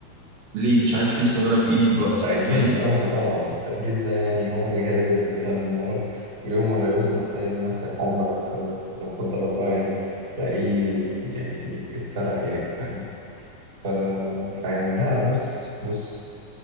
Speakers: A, on the right (about 70°); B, on the right (about 25°).
A: ليه مش عايز أسيب السيجارة في إيدي دلوقتي
B: تأجيل
A: فاهم؟
B: آه طبعا التأجيل ده يعني هو اللي جايب البني آدم ورا ويوم ورا يوم هتلاقي نفسك عمرك آه، لا قدر الله يعني تلاقيه يعني اتسرق يعني فاهم ف... فيعني لا بص بص